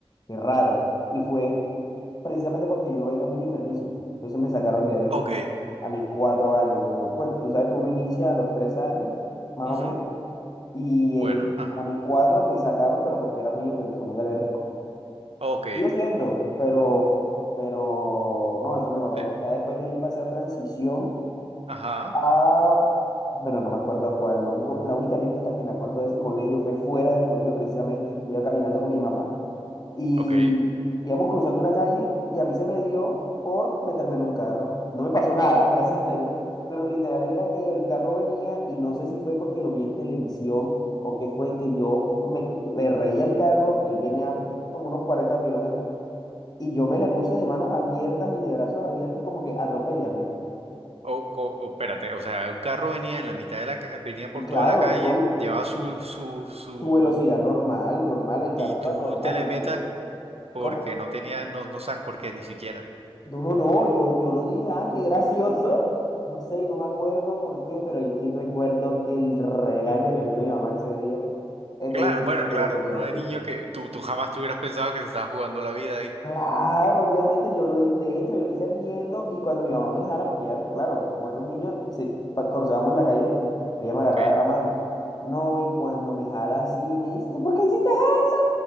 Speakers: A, on the left (about 40°); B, on the right (about 80°).
A: qué raro. Y fue precisamente porque yo era muy enfermizo, entonces me sacaron de ahí
B: ok.
A: a mis cuatro años. Yo, pues tú sabes que uno inicia a los tres años, más
B: ujú,
A: o menos, y él,
B: Bueno, ajá.
A: a mis cuatro me sacaron, pero porque era muy enfermizo, muy alérgico.
B: Ok,
A: Sigo siendo, pero, pero no, eso mejoró.
B: te-
A: Ya después de ahí pasé a transición
B: ajá,
A: Ah, bueno, no me acuerdo a cuál. Lo único, la única anécdota que me acuerdo de ese colegio fue fuera del colegio precisamente. Iba caminando con mi mamá y
B: ok.
A: íbamos cruzando una calle y a mí se me dio por meterme en un carro. No me pasó nada, <laughs> gracias a Dios, pero literal era que el carro venía y no sé si fue porque lo vi en televisión o qué fue que yo me, le reí al carro. Él venía como unos 40 kilómetros y yo me le puse de manos abiertas y de brazos abiertos como que atropéllame.
B: O, co- o- espérate, o sea, un carro venía en la mitad de la ca- venía
A: Y
B: por
A: claro,
B: toda la calle,
A: yo...
B: llevaba su, su, su,
A: su velocidad normal, normal, el carro
B: y tú
A: iba normal
B: te le
A: en
B: metas
A: realidad.
B: porque
A: ¿Cómo?
B: no tenía, no, no sabes por qué ni siquiera.
A: No, no, no, yo, yo lo dije, ah, qué gracioso. <laughs> No sé, no me acuerdo por qué, pero yo sí recuerdo el regaño que me dio mi mamá ese día eh,
B: Claro,
A: de ese de
B: bueno, claro,
A: ese
B: uno
A: colegio.
B: de niño que tú, tú jamás te hubieras pensado que te estabas jugando la vida ahí.
A: Claro, obviamente yo lo, hi- de hecho, yo lo hice riendo y cuando mi mamá me jala, porque ya, claro, como era un niño, sí, pa- cruzábamos la calle, ella me agarraba
B: Ok.
A: de la mano. No, y cuando me jala así, me dice, ¿tú por qué hiciste eso?